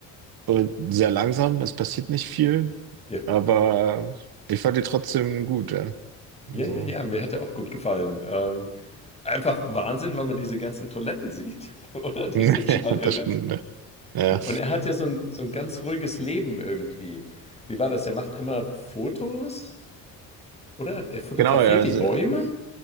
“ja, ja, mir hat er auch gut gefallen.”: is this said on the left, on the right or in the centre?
Left